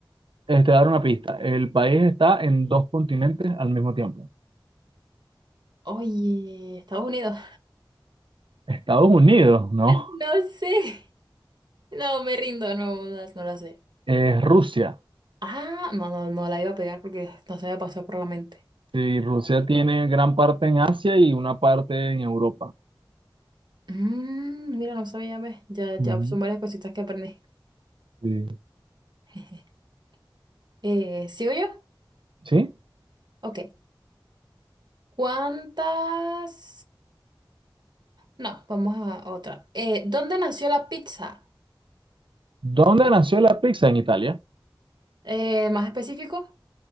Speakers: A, on the right; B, on the right.
A: eh, te voy a dar una pista. El país está en dos continentes al mismo tiempo.
B: Oye, Estados Unidos.
A: Estados Unidos, ¿no?
B: No sé. No, me rindo, no, no, las- no la sé.
A: Es Rusia.
B: Ah, no, no, no la iba a pegar porque no se me pasó por la mente.
A: Sí, Rusia tiene gran parte en Asia y una parte en Europa.
B: Mm, mira, no sabía, ¿ves? Ya, ya
A: Ujú.
B: son varias cositas que aprendí.
A: Sí.
B: <laughs> Eh, ¿sigo yo?
A: ¿Sí?
B: Ok. ¿Cuántas? No, vamos a otra. Eh, ¿dónde nació la pizza?
A: ¿Dónde nació la pizza? En Italia,
B: Eh, ¿más específico?